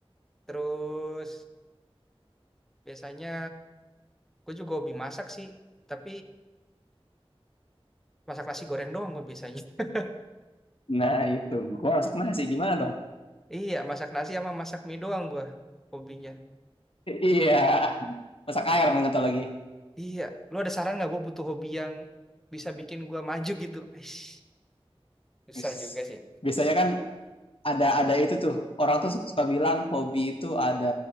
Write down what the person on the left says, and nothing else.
Nah, itu. Gua masak nasi gimana dong?
I- iya. Masak air mengental lagi.
Wis.
Biasanya kan ada ada itu tuh. Orang tuh suka bilang hobi itu ada